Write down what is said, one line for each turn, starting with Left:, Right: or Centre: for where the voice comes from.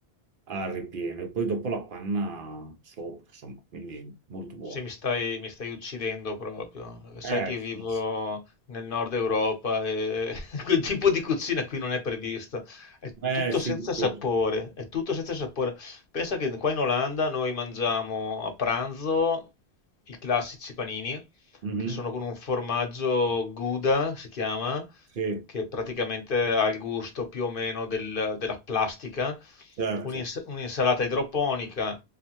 Right: al ripieno e poi dopo la panna sopra, insomma, quindi molto buono.
Left: Sì, mi stai, mi stai uccidendo proprio. Sai
Right: Eh,
Left: che
Right: sì,
Left: vivo
Right: sì.
Left: nel nord Europa e <laughs> quel tipo di cucina qui non è prevista. È
Right: Eh,
Left: tutto
Right: sì,
Left: senza sapore,
Right: sì.
Left: è tutto senza sapore. Pensa che qua in Olanda noi mangiamo a pranzo i classici panini,
Right: Mhm.
Left: che sono con un formaggio Gouda, si chiama,
Right: Sì,
Left: che praticamente ha il gusto più o meno del- della plastica,
Right: certo.
Left: Un'ins- un'insalata idroponica